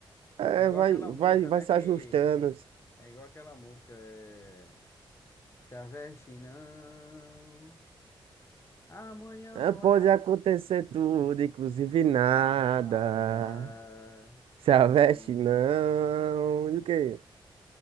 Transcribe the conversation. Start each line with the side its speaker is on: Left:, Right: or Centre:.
Right: É,
Left: É igual
Right: vai,
Left: aquela
Right: vai,
Left: música,
Right: vai
Left: né?
Right: se
Left: Que.
Right: ajustando.
Left: É igual aquela música. É... Se aveste não, amanhã
Right: É,
Left: pode
Right: pode
Left: acontecer
Right: acontecer tudo,
Left: tudo
Right: inclusive
Left: e
Right: nada.
Left: nada.
Right: Se a
Left: É
Right: veste
Left: bom.
Right: não. E o quê?